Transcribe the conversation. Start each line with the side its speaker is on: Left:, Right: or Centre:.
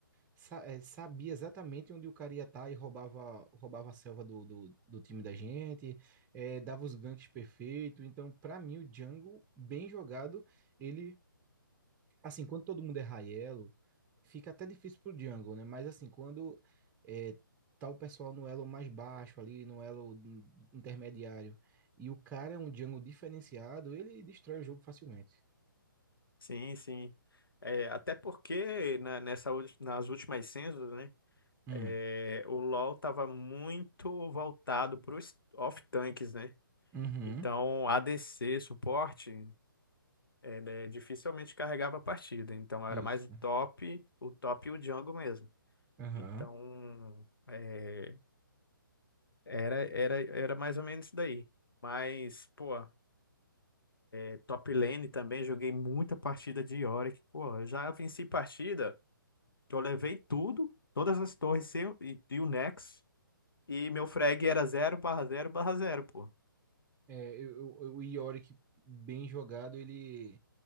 Right: sa- eh, sabia exatamente onde o cara ia estar e roubava, roubava a selva do, do, do time da gente, eh, dava os ganks perfeitos. Então, pra mim, o Django, bem jogado, ele assim, quando todo mundo é Raiello, fica até difícil pro jungle, né? Mas assim, quando é, tá o pessoal no elo mais baixo ali, no elo n- intermediário, e o cara é um jungle diferenciado, ele destrói o jogo facilmente.
Left: Sim, sim. É, até porque na, nessa, ul- nas últimas censos, né,
Right: Hum.
Left: é, o LoL tava muito voltado para os off-tanks, né?
Right: Uhum.
Left: Então, ADC, suporte, é, né, dificilmente carregava a partida. Então, era
Right: Isso.
Left: mais o top, o top e o Django mesmo.
Right: Aham.
Left: Então, é, era, era, era mais ou menos isso daí. Mas, pô, é, top lane também, joguei muita partida de Yorick. Pô, eu já venci partida que eu levei tudo, todas as torres seu- e, e o Nex, e meu frag era zero barra zero barra zero pô.
Right: É, eu, eu- o Yorick bem jogado, ele